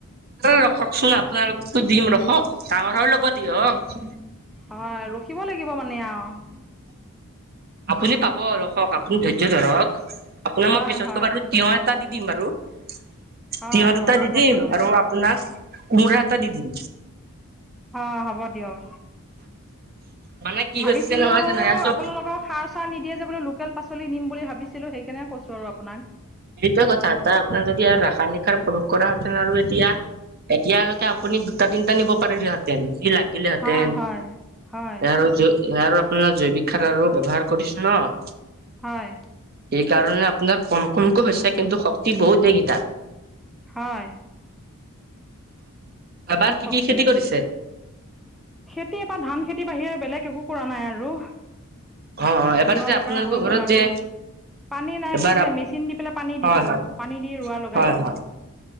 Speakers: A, on the right; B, in the centre.
A: ৰখকচোন আপোনাৰো দিম ৰখক ডাঙৰৰ হৈ লব দিয়ক।
B: হয়, ৰখিব লাগিব মানে আৰু
A: আপুনি পাবক আপুনি ধৈৰ্য ধৰক আপোনাক মই
B: হয়
A: পিছতকৈ
B: হয়
A: বাৰু তি এটা দি দিম বাৰু। তিঁয়ঁৰ
B: হয় হয়
A: দুটা
B: হ'ব
A: দি দিম
B: দিয়ক
A: আৰু আপোনাৰ কোমোৰা এটা দি দিম।
B: অ' হ'ব দিয়ক।
A: মানে কি
B: ভাবিছিলোঁ
A: হছিল হয় নাই আৰু চব
B: আপোনালোকৰ সাৰ চাৰ নিদিয়ে যে বো লোকেল পাচলি নিম বুলি ভাবিছিলোঁ সেইকাৰণে কৈো আৰু আপোনাক।
A: সেইটোৱে কথা এটা আপোনাৰ যদি আৰু ৰাসায়নিক সাৰ প্ৰয়োগ কৰা হেতেন আৰু এতিয়া এতিয়ালৈকে আপুনি দুটা তিনিটা নিব পাৰিলেহাত। তেন কি লাগিলেহেঁতেন
B: হয় হয় হয়
A: সাৰ য সয়াৰ জৈৱিক খাৰ ৰ ব্যৱাৰ কৰিছো ন'।
B: হয়।
A: সেইকাৰণে আপোনাৰ কম কমকৈ হৈছে কিন্তু শক্তি বহুত দেগী তাত।
B: হয়।
A: এবাৰ
B: বহুত
A: কি-কি
B: শক্তি
A: খেতি কৰিছে?
B: খেতি এ বা ধান খেতিৰ বাহিৰে বেলেগ একো কৰা নাই আৰু।
A: অ অ এবাৰ
B: ৰোৱা
A: যে
B: লগা
A: আপোনালোকৰ
B: হৈ
A: ঘৰত
B: গ'ল আৰু।
A: যে
B: পানী নাই
A: এবাৰ
B: বুজিছে মেচিন দি পেলাই পানী দিছো
A: হয় হয়
B: পানী দি ৰোৱা লগাইছো।
A: হয় হয়